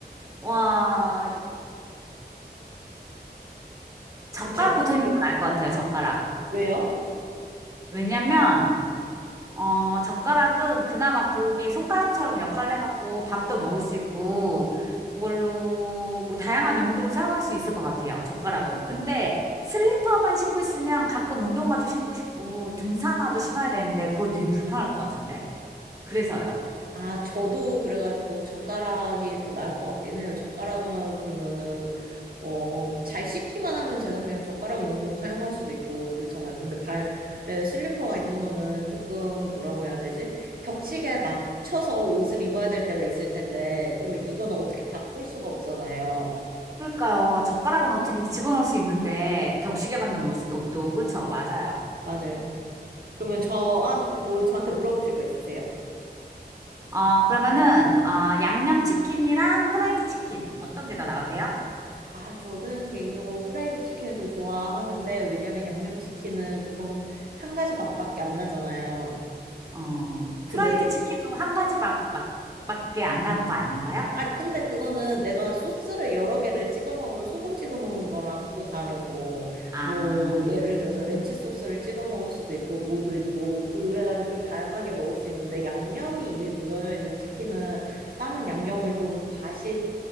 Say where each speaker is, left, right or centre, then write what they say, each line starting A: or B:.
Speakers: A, on the right; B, on the right.
A: 와, 젓가락
B: 둘 중에
A: 붙어 있는 게 더 나을 것 같아요, 젓가락.
B: 왜요?
A: 왜냐면, 어, 젓가락은 그나마 그게 손가락처럼 역할을 해갖고 밥도 먹을 수 있고, 그걸로 뭐 다양한 용도로 사용할 수 있을 것 같아요. 젓가락은. 근데 슬리퍼만 신고 있으면 가끔 운동화도 신고 싶고, 등산화도 신어야 되는데, 그거 되게 불편할 것 같은데. 그래서요.
B: 아, 저도 그래가지고 젓가락이 더 나을 것 같긴 해요. 젓가락은 그러면은, 어, 잘 씻기만 하면 제가 그냥 젓가락 용도로 사용할 수도 있고 그렇잖아요. 근데 발에 슬리퍼가 있는 거는 조금 뭐라고 해야 되지? 격식에 맞춰서 옷을 입어야 될 때가 있을 텐데, 그러면 이거는 어떻게 바꿀 수가 없잖아요.
A: 그러니까요. 젓가락은 어떻게 집어넣을 수 있는데, 격식에 맞는 옷, 옷도, 그쵸? 맞아요.
B: 맞아요. 그러면 저, 아, 뭐 저한테 물어보실 거 있으세요?
A: 아, 그러면은, 아, 양념치킨이랑 후라이드 치킨. 어떤 게 더 나으세요?
B: 아, 저는 개인적으로 후라이드 치킨을 더 좋아하는데, 왜냐면 양념치킨은 조금 한 가지 맛밖에 안 나잖아요.
A: 어, 후라이드
B: 근데,
A: 치킨도 한 가지 맛, 맛, 밖에 안 나는 거 아닌가요?
B: 아, 근데 그거는 내가 소스를 여러 개를 찍어 먹으면 소금 찍어 먹는 거랑 또 다르고,
A: 아,
B: 뭐, 예를 들어서 렌치 소스를 찍어 먹을 수도 있고, 뭐도 있고, 그래가지고 좀 다양하게 먹을 수 있는데, 양념이 이미 묻어져 있는 치킨은 다른 양념을 좀 다시,